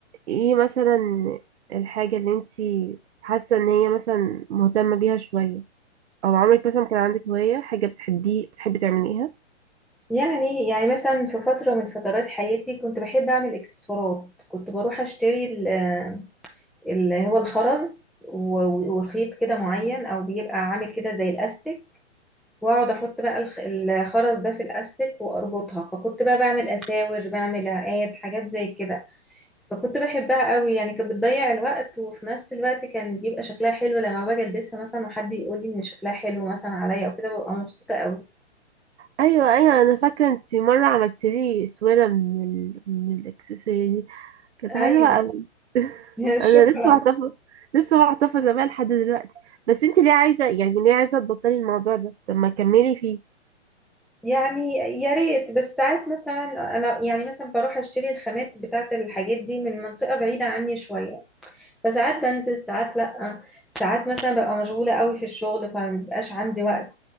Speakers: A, on the right; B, in the centre.
A: ايه مثلا الحاجة اللي انت حاسة ان هي مثلا مهتمة بيها شوية او عمرك مثلا كان عندك هواية حاجة بتحبيه بتحبي تعمليها
B: يعني يعني مثلا في فترة من فترات حياتي كنت بحب أعمل إكسسوارات كنت بروح أشتري ال- اللي هو الخرز و- وخيط كده معين أو بيبقى عامل كده زي الأستك وأقعد أحط بقى الخ- الخرز ده في الأستك وأربطها فكنت بقى بعمل أساور بعمل عقاد حاجات زي كده فكنت بحبها قوي يعني كانت بتضيع الوقت وفي نفس الوقت كان بيبقى شكلها حلو لما باجي البسها مثلا وحد يقول لي ان شكلها حلو مثلا عليا او كده ببقى مبسوطة قوي
A: ايوه ايوه انا فاكره انت مره عملت لي سويره من ال... من الاكسسواري دي كانت حلوه
B: ايوه
A: قوي <laughs>
B: <laughs> شكرا
A: انا لسه محتفظه لسه محتفظه بيها لحد دلوقتي بس انت ليه عايزه يعني ليه عايزه تبطلي الموضوع ده طب ما كملي فيه
B: يعني يا ريت بس ساعات مثلا انا يعني مثلا بروح اشتري الخامات بتاعت الحاجات دي من منطقة بعيدة عني شوية فساعات بنزل ساعات لا ساعات مثلا ببقى مشغولة قوي في الشغل فمبيبقاش عندي وقت